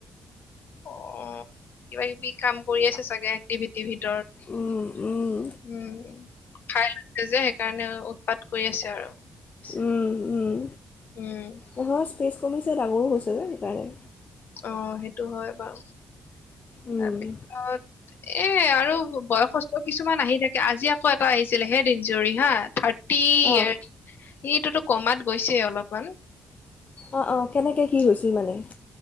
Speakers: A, on the left (about 65°); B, on the left (about 40°).
A: অ উম কিবা কিবি কাম কৰি আছে চাগে এক্টিভিটিৰ ভিতৰত।
B: উম, উম,
A: উম খাই লৈছে যে সেইকাৰণে উৎপাত কৰি আছে আৰু।
B: উম উম।
A: উম
B: নহয় স্পেচ কমিছে ডাঙৰো হৈছে যে সেইকাৰণে।
A: উম সেইটো হয় বাৰু। তাৰপিছত
B: উম।
A: এ আৰু বয়সস্থ কিছুমান আহি থাকে আজি আকৌ এটা আহিছিলে হে দিনজৰি হা থাৰ্ড থাৰতি
B: অঁ
A: এইট ইটোতো কমাত গৈছে অলপমান
B: অঁহ অঁহ কেনেকে কি হৈছিল মানে?